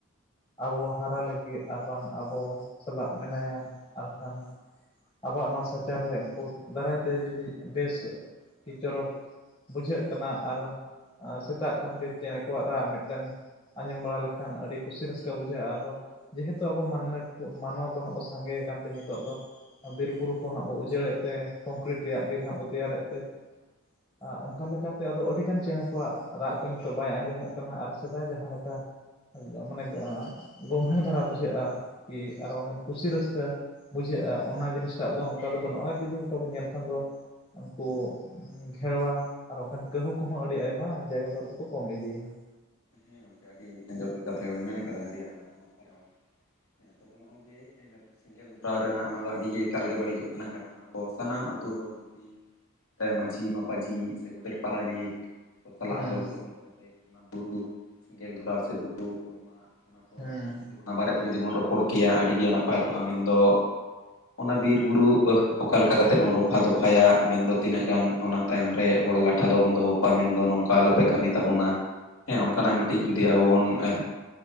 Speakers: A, on the left; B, on the left.
A: ᱟᱵᱚ ᱦᱟᱨᱟ ᱞᱟᱹᱜᱤᱫ ᱟᱨ ᱵᱟᱝ ᱟᱵᱚ ᱥᱟᱞᱟᱜ ᱢᱮᱱᱟᱭᱟ ᱟᱨ ᱠᱷᱟᱱ᱾ ᱟᱵᱚᱣᱟᱜ ᱱᱚᱣᱟ ᱥᱟᱪᱟᱨᱦᱮ ᱩᱱᱠᱩ ᱫᱟᱨᱟᱭ ᱛᱮ ᱡᱩᱫᱤ ᱵᱮᱥ ᱠᱤ ᱪᱚᱨᱚᱠ᱾ ᱵᱩᱡᱷᱟᱹᱜ ᱠᱟᱱᱟ ᱟᱨ ᱥᱮᱛᱟᱜ ᱠᱷᱟᱱ ᱜᱮ ᱪᱮᱸᱬᱮ ᱠᱚᱣᱟᱜ ᱨᱟᱜ ᱢᱤᱫᱴᱟᱝ ᱟᱸᱡᱚᱢ ᱵᱟᱲᱟ ᱞᱮᱠᱷᱟᱱ ᱟᱹᱰᱤ ᱠᱩᱥᱤ ᱨᱟᱹᱥᱠᱟᱹ ᱵᱩᱡᱷᱟᱹᱜᱼᱟ, ᱟᱫᱚ ᱡᱮᱦᱮᱛᱩ ᱟᱵᱚ ᱢᱟᱹᱱᱢᱤ ᱢᱟᱱᱣᱟ ᱠᱚ ᱦᱟᱸᱜ ᱵᱚ ᱥᱟᱸᱜᱮ ᱟᱠᱟᱱ ᱛᱮ ᱱᱤᱛᱚᱜ ᱫᱚ᱾ ᱵᱤᱨᱼᱵᱩᱨᱩ ᱠᱚ ᱦᱟᱸᱜ ᱵᱚ ᱩᱡᱟᱹᱲᱮᱫ ᱛᱮ ᱠᱚᱝᱠᱤᱨᱤᱴ ᱨᱮᱭᱟᱜ ᱵᱤᱨ ᱦᱟᱸᱜ ᱵᱚ ᱛᱮᱭᱟᱨᱮᱫ ᱛᱮ ᱟᱜ ᱚᱱᱠᱟ ᱞᱮᱠᱟᱛᱮ ᱟᱫᱚ ᱟᱹᱰᱤ ᱜᱟᱱ ᱪᱮᱸᱬᱮ ᱠᱚᱣᱟᱜ ᱨᱟᱜ ᱠᱚ ᱱᱤᱛᱚᱜ ᱵᱟᱭ ᱟᱸᱡᱚᱢᱚᱜ ᱠᱟᱱᱟ ᱟᱨ ᱥᱮᱫᱟᱭ ᱡᱟᱦᱟᱸ ᱞᱮᱠᱟ ᱢᱟᱱᱮ ᱜᱚᱢᱦᱮ ᱫᱷᱟᱨᱟ ᱵᱩᱡᱷᱟᱹᱜᱼᱟ ᱠᱤ ᱟᱨ ᱵᱟᱝ ᱠᱷᱟᱱ ᱠᱩᱥᱤ ᱨᱟᱹᱥᱠᱟᱹ ᱵᱩᱡᱷᱟᱹᱜᱼᱟ, ᱚᱱᱟ ᱡᱤᱱᱤᱥᱴᱟᱜ ᱫᱚ ᱚᱱᱠᱟ ᱫᱚ ᱵᱟᱹᱱᱩᱜᱼᱟ ᱟᱨ ᱡᱚᱫᱤ ᱚᱱᱠᱟ ᱵᱚᱱ ᱧᱮᱞ ᱠᱷᱟᱱ ᱫᱚ ᱩᱱᱠᱩ ᱜᱷᱮᱲᱣᱟ ᱟᱨ ᱵᱟᱠᱷᱟᱱ ᱠᱟᱹᱦᱩ ᱠᱚᱦᱚᱸ ᱟᱹᱰᱤ ᱟᱭᱢᱟ ᱡᱟᱭᱜᱟ ᱠᱚᱨᱮ ᱫᱚ ᱠᱚ ᱠᱚᱢ ᱤᱫᱤᱭᱱᱟ ᱾
B: ᱦᱮᱸ, ᱜᱚᱝᱠᱮ ᱟᱹᱰᱤ ᱡᱚᱛᱷᱟᱛ ᱠᱟᱛᱷᱟ ᱜᱮᱵᱮᱱ ᱢᱮᱱ ᱠᱟᱫᱟ ᱾ ᱟᱹᱰᱤ ᱟᱭᱢᱟ ᱟᱭᱢᱟ ᱥᱟᱨᱦᱟᱣ ᱦᱮᱸ ᱾ ᱛᱚᱵᱮ ᱱᱚᱜᱼᱚᱭ ᱡᱮ ᱥᱮᱸᱜᱮᱞ ᱫᱷᱚᱨᱟᱣ ᱨᱮᱱᱟᱜ ᱚᱱᱟ ᱫᱚ ᱟᱹᱰᱤ ᱜᱮ ᱮᱠᱟᱞ ᱜᱮ ᱵᱟᱹᱲᱤᱡᱚᱜ ᱠᱟᱱᱟ, ᱠᱟᱨᱚᱱ ᱟᱵᱚ ᱥᱟᱱᱟᱢ ᱟᱹᱛᱩ ᱦᱚᱲ ᱡᱩᱫᱤ ᱛᱮ ᱢᱟᱹᱡᱷᱤ ᱢᱟᱯᱟᱡᱷᱤ ᱥᱮ ᱜᱚᱰᱮᱛ ᱯᱟᱨᱟᱱᱤᱠ ᱠᱚ ᱥᱟᱞᱟᱜ
A: ᱦᱮᱸ
B: ᱜᱚᱞᱯᱷᱚ ᱢᱤᱫ ᱠᱟᱛᱮᱫ ᱚᱱᱟ ᱵᱩᱨᱩ ᱥᱮᱸᱜᱮᱞ ᱫᱷᱚᱨᱟᱣ ᱥᱮ ᱵᱩᱨᱩ ᱟᱭᱢᱟ ᱚᱱᱟ ᱠᱚ
A: ᱦᱮᱸ
B: ᱢᱤᱫᱴᱤᱡ ᱡᱩᱫᱤ ᱚᱱᱟ ᱵᱟᱨᱮᱛᱮ ᱡᱩᱫᱤ ᱵᱚᱱ ᱨᱚᱯᱚᱲ ᱠᱮᱭᱟ ᱟᱹᱰᱤ ᱜᱮ ᱱᱟᱯᱟᱭ ᱠᱚᱜᱼᱟ ᱢᱮᱱ ᱫᱚ ᱚᱱᱟ ᱵᱤᱨ ᱵᱩᱨᱩ ᱚᱠᱟ ᱞᱮᱠᱟ ᱠᱟᱛᱮ ᱵᱚᱱ ᱨᱚᱯᱷᱟ ᱫᱚᱯᱷᱟᱭᱟ ᱢᱮᱱᱫᱚ ᱛᱤᱱᱟᱹᱜ ᱜᱟᱱ ᱚᱱᱟ ᱛᱟᱭᱚᱢ ᱨᱮ ᱦᱚᱲ ᱞᱟᱴᱷᱟ ᱫᱚᱵᱚᱱ ᱫᱚᱦᱚ ᱠᱚᱣᱟ, ᱢᱮᱱ ᱫᱚ ᱱᱚᱝᱠᱟ ᱟᱞᱚ ᱯᱮ ᱠᱟᱹᱢᱤ ᱛᱟᱵᱚᱱᱟ ᱾ ᱦᱮᱸ ᱚᱱᱠᱟᱱᱟᱜ ᱢᱤᱫᱴᱤᱡ ᱡᱩᱫᱤ ᱟᱵᱚ ᱵᱚᱱ ᱮᱸᱦ